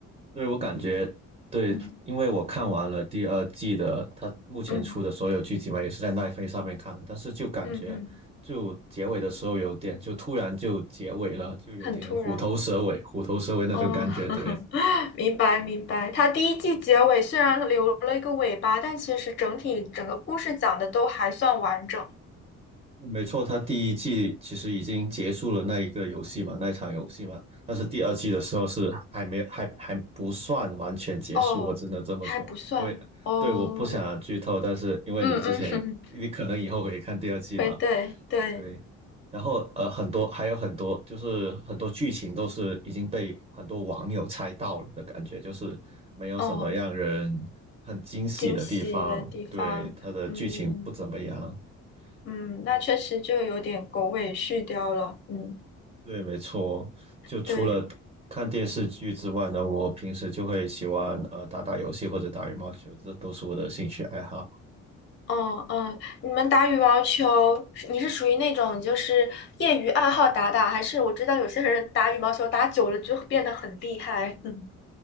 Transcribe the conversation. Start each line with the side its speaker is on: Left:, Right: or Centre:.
Right: 对，我感觉对，
Left: 嗯
Right: 因为我看完了第二季的，它目前出的所有剧集嘛，
Left: 嗯
Right: 也是在奈飞上面看的，但是就感觉就结尾的时候有点，
Left: 嗯嗯，
Right: 就突然就结尾了，就有点虎头蛇尾，
Left: 很突然。
Right: 虎头蛇尾那种感觉。
Left: 哦，<laughs>
Right: 对，
Left: 明白明白。他第一季结尾虽然留了一个尾巴，但其实整体整个故事讲的都还算完整。
Right: 没错，它第一季其实已经结束了那一个游戏嘛，那一场游戏嘛，但是第二季的时候是还没还还不算完全结束，
Left: 哦，
Right: 我只能这么说，
Left: 还不算哦，
Right: 因为对，我不想剧透，但是因为你之前你可能以后会看第二季嘛。
Left: 嗯嗯，<laughs> 对对对，
Right: 对，然后呃，很多还有很多，就是很多剧情都是已经被很多网友猜到了的感觉，就是没有什么让人
Left: 哦，
Right: 很惊喜的地方。
Left: 惊喜的地方，
Right: 对，它的剧情不怎么样。
Left: 嗯嗯，
Right: 对，
Left: 那确实就有点狗尾续貂了，嗯，
Right: 对，没错。就除了看电视剧之外呢，
Left: 对，
Right: 我平时就会喜欢呃打打游戏或者打羽毛球，这都是我的兴趣爱好。
Left: 哦嗯，你们打羽毛球，你是属于那种就是业余爱好打打，还是我知道有些人打羽毛球打久了就变得很厉害，<laughs> 嗯